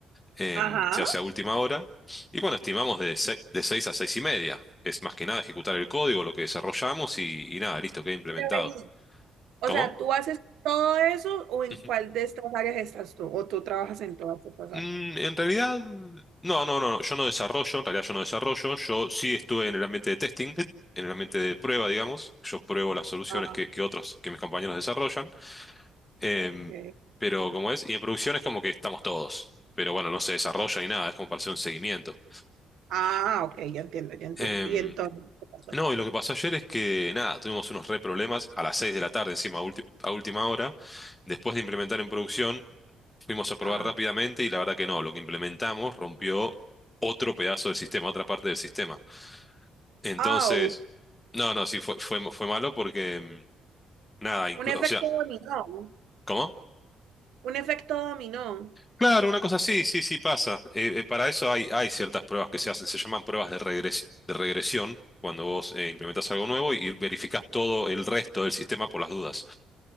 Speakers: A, on the left (about 15°); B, on the right (about 80°).
A: Em,
B: Ajá.
A: se hace a última hora. Y bueno, estimamos de 6, de 6 a 6 y media. Es más que nada ejecutar el código, lo que desarrollamos y, y nada, listo, queda implementado.
B: Pero vení. O
A: ¿Cómo?
B: sea, ¿tú haces todo eso o en
A: Ujú.
B: cuál de estas áreas estás tú? ¿O tú trabajas en todas estas
A: Mm,
B: áreas?
A: en realidad, no, no, no, yo no desarrollo, en realidad yo no desarrollo, yo sí estuve en el ambiente de testing, en el ambiente de prueba, digamos, yo pruebo las soluciones
B: Ah,
A: que, que otros, que mis compañeros desarrollan. Em,
B: ok.
A: pero como es, y en producción es como que estamos todos, pero bueno, no se desarrolla ni nada, es como para hacer un seguimiento.
B: Ah, ok, ya entiendo, ya entiendo.
A: Em,
B: Y entonces, ¿qué pasó?
A: no, y lo que pasó ayer es que nada, tuvimos unos re problemas a las 6 de la tarde, encima, a, ulti- a última hora. Después de implementar en producción, fuimos a probar
B: Ah.
A: rápidamente y la verdad que no, lo que implementamos rompió otro pedazo del sistema, otra parte del sistema. Entonces,
B: Au.
A: no, no, sí, fue, fue, fue malo porque em, nada, inclu-
B: Un efecto
A: o sea,
B: dominó.
A: ¿cómo?
B: Un efecto dominó.
A: Claro, una cosa así, sí, sí pasa. Eh, eh, para eso hay, hay ciertas pruebas que se hacen, se llaman pruebas de regresi- de regresión, cuando vos eh, implementás algo nuevo y verificás todo el resto del sistema por las dudas.